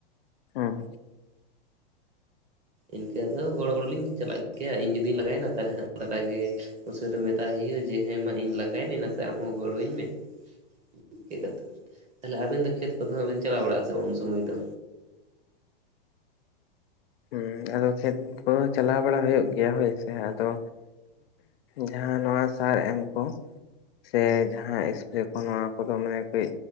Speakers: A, on the left (about 70°); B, on the right (about 20°).
A: ᱦᱩᱸ
B: ᱤᱱᱠᱟᱹ ᱫᱚ ᱜᱚᱲᱚ ᱜᱚᱲᱚ ᱞᱤᱧ ᱪᱟᱞᱟᱜ ᱜᱮᱭᱟ ᱤᱧ ᱡᱩᱫᱤᱧ ᱞᱟᱝᱜᱟᱭ ᱱᱟ ᱛᱟᱦᱚᱞᱮ ᱦᱟᱸᱜ ᱫᱟᱫᱟ ᱜᱮ ᱚᱥᱟᱹ ᱫᱚ ᱢᱮᱛᱟᱭ ᱦᱩᱭᱩᱜ-ᱟ ᱡᱮ ᱦᱮᱸ ᱢᱟ ᱤᱧ ᱞᱟᱸᱜᱟᱭᱱᱟᱹᱧ ᱱᱟᱥᱮ ᱟᱢ ᱦᱚᱸ ᱜᱚᱲᱚᱣᱟᱹᱧ ᱢᱮ᱾ ᱤᱱᱠᱟᱹ ᱠᱟᱛᱷᱟ ᱛᱟᱦᱚᱞᱮ ᱟᱵᱤᱱ ᱫᱚ ᱠᱷᱮᱛ ᱠᱚᱫᱚ ᱦᱟᱸᱜ ᱵᱤᱱ ᱪᱟᱞᱟᱣ ᱵᱟᱲᱟᱜᱼᱟ ᱥᱮ ᱵᱟᱝ ᱩᱱ ᱥᱚᱢᱚᱭ ᱫᱚ?
A: ᱦᱩᱸ ᱟᱫᱚ ᱠᱷᱮᱛ ᱠᱚᱦᱚᱸ ᱪᱟᱞᱟᱣ ᱵᱟᱲᱟ ᱦᱩᱭᱩᱜ ᱜᱮᱭᱟ ᱦᱳᱭ ᱥᱮ ᱟᱫᱚ ᱡᱟᱦᱟᱸ ᱱᱚᱣᱟ ᱥᱟᱨ ᱮᱢᱠᱩ ᱥᱮ ᱡᱟᱦᱟᱸ ᱮᱥᱯᱨᱮ ᱠᱚ ᱱᱚᱣᱟ ᱠᱚᱫᱚ ᱢᱟᱱᱮ ᱠᱟᱹᱡ